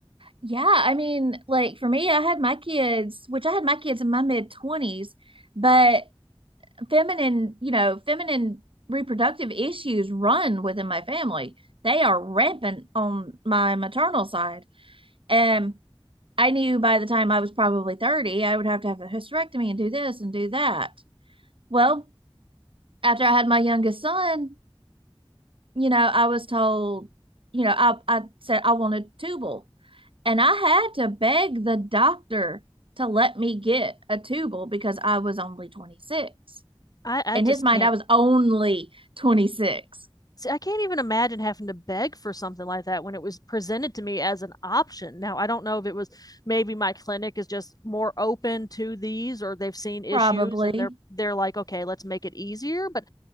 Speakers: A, on the right; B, on the left.
A: Yeah, I mean, like for me, I had my kids, which I had my kids in my mid 20s, but feminine, you know, feminine reproductive issues run within my family. They are rampant on my maternal side. And I knew by the time I was probably 30, I would have to have a hysterectomy and do this and do that. Well, after I had my youngest son, you know, I was told, you know, I, I said I wanted tubal. And I had to beg the doctor to let me get a tubal because I was only 26.
B: I, I
A: In
B: just
A: his mind,
B: can't
A: I was only 26
B: See, I can't even imagine having to beg for something like that when it was presented to me as an option. Now, I don't know if it was maybe my clinic is just more open to these or they've seen issues
A: Probably.
B: and they're they're like, "Okay, let's make it easier." But